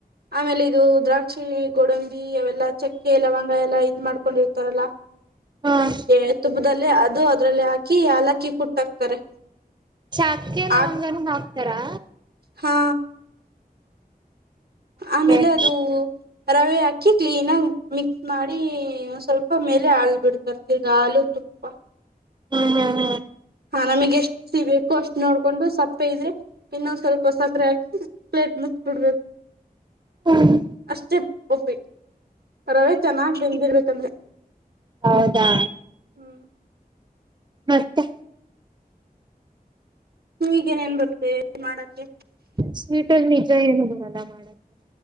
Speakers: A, on the right; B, on the right.
A: ಆಮೇಲೆ ಇದು ದ್ರಾಕ್ಷಿ ಗೋಡಂಬಿ ಅವೆಲ್ಲಾ ಚಕ್ಕೆ ಲವಂಗ ಎಲ್ಲ. ಮಾಡ್ಕೊಂಡಿರ್ತಾರಲ್ಲ
B: ಹಾ
A: ಏ ತುಪ್ಪದಲ್ಲಿ ಅದು ಅದ್ರಲ್ಲಿ ಹಾಕಿ. ಕ ಏಲಕ್ಕಿ ಕುಟ್ಟಾಕ್ತಾರೆ.
B: ಚಾಕ್ಕೆ ಲವಂಗನ
A: ಆ
B: ಹಾಕ್ತಾರಾ.
A: ಹಾ
B: ಹ್ಮ್
A: ಆಮೇಲೆ ಅದು. ರವೆ ಅಕ್ಕಿ ಕ್ಲೀನ್ ಆಗಿ ಮಿಕ್ಸ್ ಮಾಡಿ ಸ್ವಲ್ಪ ಮೇಲೆ ಹಾಲು ಬಿಡ್ತರ ಈಗ ಹಾಲ. ತುಪ್ಪ.
B: ಹ್ಮ್ ಹ್ಮ್ ಹ್ಮ್
A: ಹಾ ನಮಗ್ ಎಷ್ಟು ಸಿಗಬೇಕು ಅಷ್ಟ್ ನೋಡ್ಕೊಂಡು ಸಪ್ಪೆ ಇದ್ರೆ ಇನ್ನೊಂದ್ ಸ್ವಲ್ಪ ಸಕ್ಕರೆ ಹಾಕಿ ಪ್ಲೇಟ್ ಮುಚ್ಬಿಡ್ಬೇಕು
B: ಹ್ಮ್
A: ಅಷ್ಟೆ. ಒಪ್ಪಿಟ್ಟ ರವೆ ಚೆನ್ನಾಗಿ ಬೆಂದಿರ್ಬೇಕಂದ್ರ.
B: ಹೌದಾ.
A: ಹ್ಮ್
B: ಮತ್ತೆ
A: ಈಗೇನೇನ್ ಬರ್ತೆೇ ಮಾಡಕ್ಕೆ.
B: ಸ್ವೀಟರ್ ನಿಜ ಹೇಳಲಿಲ್ಲ ಅಲ್ವಾ ಮಾಡಕೆ.